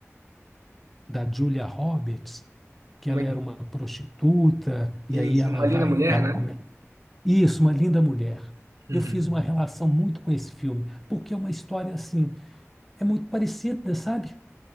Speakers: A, in the centre; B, on the right.
A: da Julia Roberts, que
B: uma,
A: ela era uma prostituta, e
B: sim,
A: aí ela
B: uma
A: vai,
B: linda mulher,
A: ela
B: né?
A: come, Isso, Uma Linda Mulher.
B: Uhum.
A: Eu fiz uma relação muito com esse filme, porque é uma história assim, é muito parecida, sabe?